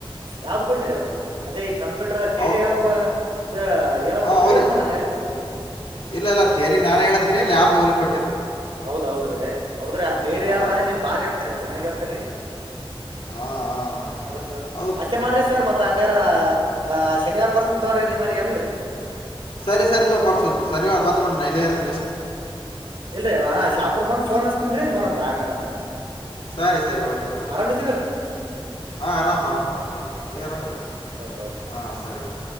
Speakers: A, on the right; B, on the left.
A: ಯಾವ್ದ್ ಕೊಟ್ಟಿರಿ ಅವ್ರಿಗೆ ಅದೇ. ಕಂಪ್ಯೂಟರ್ ತೇರಿ
B: ಅವ್
A: ಹೇಳಾಕ್ವಾ ದ ಹೇಳದ
B: ಹಾಂ
A: ಕೊಟ್ರಿ
B: ಅವ್ರಿ
A: ಏನ್ ಲ್ಯಾಬಿಗ್ ಕೊಟ್ರ.
B: ಇಲ್ಲ ಇಲ್ಲ ತೇರಿ ನಾನೇ ಹೇಳ್ತೀನಿ ಲ್ಯಾಬ್ ಅವ್ರಿಗ್.
A: ಹೌದೌದ್ರಿ ಹೌದ್ರಿ ಆ
B: ಹಾಂ
A: ತೇರಿ ಆದ್ರ ನೀವ್ ಬಾರ್ರೀ ಹೇಳ್ತೀರಿ ಚನ್ನಾಗ ಹೇಳ್ತೀರಿ.
B: ಹಾಂ ಹಾಂ
A: ಹೌದ್ರಿ ಸರ್
B: ಅದು
A: ಅಷ್ಟೇ ಮಾಡ್ರಿ ಸರ್ ಮತ್ತ ಹಂಗಾರ. ಅ ಶನಿವಾರ ಬರ್ತನ್ ತೋರ್ರಿ ನಿಮ್ಮಲ್ಲಿ ಹೆಂಗ್ರಿ.
B: ಸರಿ ಸರಿ ತೋ ಪರಸು ಶನಿವಾರ್ ಬಂದ್ಬಿಡ್ ನಾ ಇರ್ತೆನ್.
A: ಇಲ್ರಿ ಷಾಪುರ್ ಬಂದ್ ಫೋನ್ ಹಸ್ತನ್ರಿ ನೋಡಮ್ರಿ ಆಮ್ಯಾಲ ಅಂತ.
B: ಸರಿ ಸರಿ ಓಕೆ ಓಕೆ.
A: ಆರಾಮಿದ್ರಲ್ರಿ
B: ಹಾ ಆರಾಮ ಆರಾಮ್ ಪರಶರಾಮ
A: ಹಾ
B: ನೀ
A: ಸರಿ
B: ಅರಾಮಿ.
A: ಓಕೆ ಓಕೆ ಓಕೆ
B: ಹಾ ಸರಿಯೊಳು.